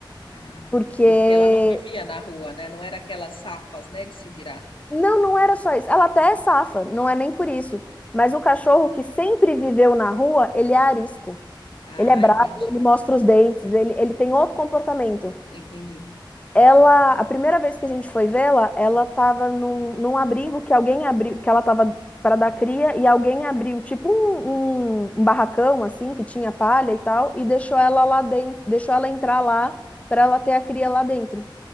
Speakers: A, on the left; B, on the left.
A: Ah,
B: Porque
A: porque ela não vivia na rua, né? Não era aquelas safas, né, de se virar.
B: Não, não era só isso. Ela até é safa, não é nem por isso. Mas o cachorro que sempre viveu na rua, ele é arisco.
A: Ah,
B: Ele é bravo,
A: entendi,
B: ele mostra os dentes, ele, ele tem outro comportamento.
A: entendi.
B: Ela, a primeira vez que a gente foi vê-la, ela estava num, num abrigo que alguém abriu, que ela estava para dar cria e alguém abriu, tipo um, um, um barracão assim, que tinha palha e tal, e deixou ela lá dentro, deixou ela entrar lá para ela ter a cria lá dentro.